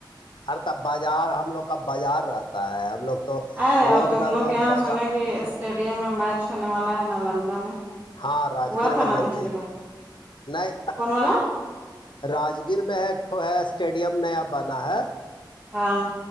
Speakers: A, on the left; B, on the right.
A: ار ت بازار ہم لوگ کا بازار رہتا ہے ہم لوگ تو
B: ا
A: روز
B: اور تم
A: نہ
B: لوگ
A: روز
B: یہاں
A: بازار
B: سنے کہ اسٹیڈیم میں میچ ہونے والا ہے نالندہ میں
A: ہاں راجگیر
B: ہوا تھا
A: میں
B: نا
A: رنجی
B: پچھلی بار
A: نہیں
B: کون والا
A: راجگیر میں ایکٹ ہے اسٹیڈیم نیا بنا ہے
B: ہاں